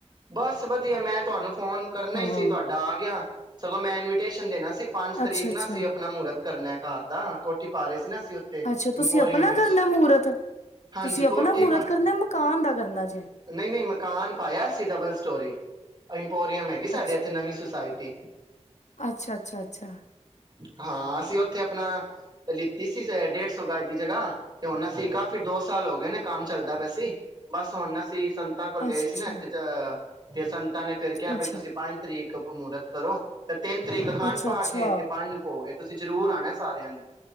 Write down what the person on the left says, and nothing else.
ਹਾਂ
ਅੱਛਾ ਅੱਛਾ
ਅੱਛਾ
ਤੁਸੀਂ ਆਪਣਾ
ਕਰਨਾ ਮਹੂਰਤ
ਤੁਸੀਂ ਆਪਣਾ
ਮਹੂਰਤ
ਕਰਨਾ ਮਕਾਨ ਦਾ ਕਰਨਾ ਜੇ
ਅੱਛਾ
ਅੱਛਾ- ਅੱਛਾ-ਅੱਛਾ।
ਅੱਛਾ
ਅੱਛਾ
ਅੱਛਾ
ਅੱਛਾ